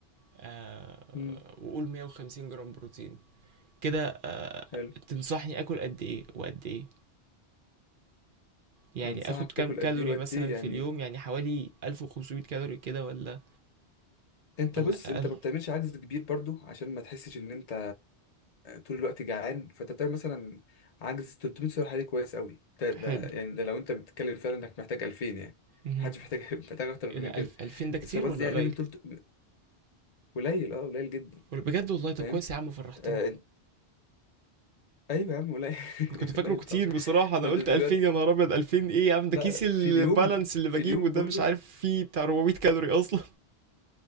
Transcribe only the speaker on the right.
آه
وقول 150 جرام بروتين كده
تنصحني اكل قد ايه وقد ايه يعني
اخد كام
كالوري
مثلا
في
اليوم يعني حوالي 1500 كالوري كده ولا
ولا
اقل
حلو
مهم.
ايه
ده 1000
2000 ده كتير
ولا
قليل
ولا بجد والله ده
كويس يا عم فرحتني
كنت فاكره
كتير
بصراحة أنا
قلت
2000 يا نهار أبيض 2000 إيه يا عم
ده كيس
البالانس
اللي
بجيبه
ده
مش عارف فيه بتاع 400 كالوري أصلا